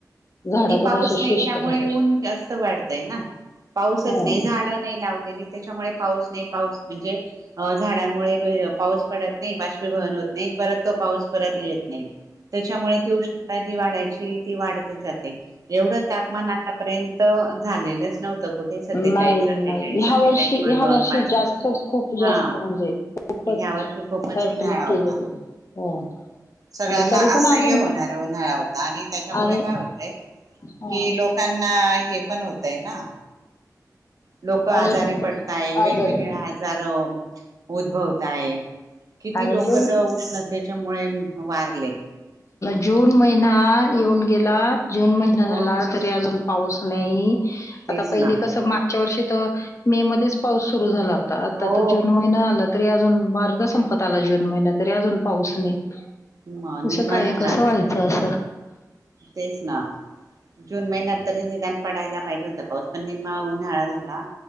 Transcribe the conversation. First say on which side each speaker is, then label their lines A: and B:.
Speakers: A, on the left; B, on the right.
A: झाड
B: आणि
A: पण
B: पाऊस
A: असे
B: नाही
A: शुष्क
B: त्यामुळे
A: जातात.
B: ऊन जास्त वाढतय ना पाऊसच
A: हम्म.
B: नाही. झाड नाही लावलेली. त्याच्यामुळे, पाऊस नाही पाऊस म्हणजे, झाडांमुळे पाऊस पडत नाही, बाष्पीभवन होत नाही, परत तो पाऊस परत येत नाही. त्याच्यामुळे ती उष्णता जी वाढायची ती वाढतच जात एवढं तापमान आतापर्यंत झालेलंच नव्हतं, कुठे सत्तेचाळीस,
A: नाही
B: अठ्ठेचाळीस.
A: नाही ह्या
B: सत्तेचाळीस
A: वर्षी,
B: पॉईंट
A: ह्या
B: दोन
A: वर्षी
B: पाच
A: जास्तच खूप जास्त
B: हा
A: म्हणजे खूपच
B: ह्या वर्षी खूपच
A: हॅट्रिक
B: उन्हाळा होता.
A: केलेले हो.
B: सगळ्यांना
A: आणि तरी पण
B: असह्य
A: अजून
B: होणारा उन्हाळा होता आणि त्याच्यामुळे
A: आणि
B: काय होत
A: हा
B: कि लोकांना हे पण, होतय ना. लोक आजारी
A: आणि
B: पडताय, वेगवेगळे
A: आजारी
B: आजार उद्भवताय, किती
A: आणि
B: लोक
A: जून
B: तर उष्णतेच्यामुळे वारले.
A: जून महिना येऊन गेला, जून महिना झाला.
B: हो
A: तरी अजून पाऊस नाही.
B: तेच
A: आता पहिले
B: ना
A: कस माग गच्या वर्षी तर, मे मध्येच पाऊस सुरु झाला होता. आता
B: हो
A: तर जून महिन आला तरी अजून आर्धा संपत आला जून महिना, तरी अजून पाऊस नाही.
B: म
A: कस
B: निम्मा
A: काय?
B: झाला
A: कसं व्हायचं असं?
B: तेच ना. जून महिन्यात तरी निदान पडायला पाहिजे होतं. पाऊस पण निमा उन्हाळा झाला.